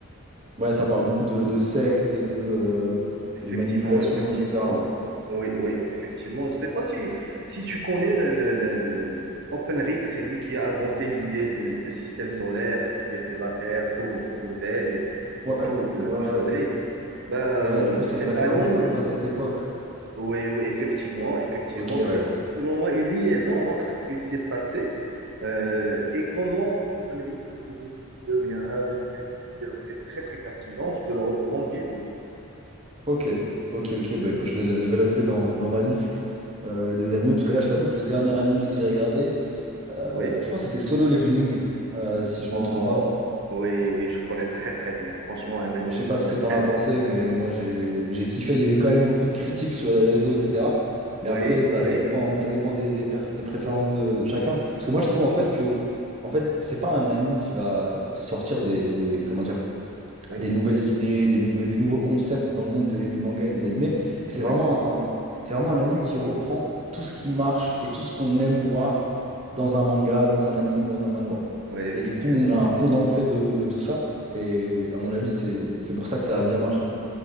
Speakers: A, on the right (about 30°); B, on the right (about 55°).
A: Ouais, ça parle beaucoup de, de sectes, de, euh,
B: Effectivement,
A: de manipulation,
B: effectivement.
A: etc.
B: Oui,
A: Ok.
B: oui, effectivement. Je ne sais pas si, si tu connais le, le- le- OpenRig, c'est lui qui a inventé l'idée de, de système solaire, c'est-à-dire que la Terre tourne autour d'elle et autour
A: Ouais,
B: de-
A: ouais,
B: du
A: ouais.
B: Soleil. Ben,
A: Ouais, du coup, c'est
B: cet
A: une référence
B: anime,
A: un peu à cette époque.
B: oui, oui, effectivement, effectivement,
A: Ok,
B: c'est
A: ouais.
B: plus ou moins une liaison entre ce qui s'est passé euh, et comment OpenRig a trouvé cette idée ou bien a inventé cette idée. Donc, c'est très, très captivant. Je te le recommande vivement.
A: Ok, ok, ok. Bah écoute, je vais, le- je vais l'ajouter dans, dans ma liste euh, des animés, parce que là, je t'avoue que le dernier animé que j'ai regardé... Euh,
B: Oui.
A: je crois que c'était Solo Leveling, euh, si je
B: Oh,
A: me trompe pas.
B: oui, oui, je connais très, très bien. Franchement, un anime
A: Je sais pas ce que t'en
B: très
A: as
B: intéressant.
A: pensé, mais moi j'ai j'ai kiffé. Il y a eu quand même beaucoup de critiques sur les réseaux, etc. Mais
B: Oui,
A: après, bah,
B: oui,
A: ça dépend, ça dépend des, des per- des préférences de, de chacun. Parce que moi je trouve en fait que en fait, c'est pas un anime qui va te sortir des, des- comment dire
B: oui,
A: des nouvelles idées, des, nouveaux des nouveaux concepts dans le monde des, des mangas et des animés. Mais c'est
B: oui,
A: vraiment un, c'est vraiment un anime qui reprend tout ce qui marche et tout ce qu'on aime voir dans un manga, dans un anime, dans un manhwa.
B: oui, effectivement.
A: Et du coup, on a un condensé de, de tout ça. Et à mon avis, c'est, c'est pour ça que ça a bien marché.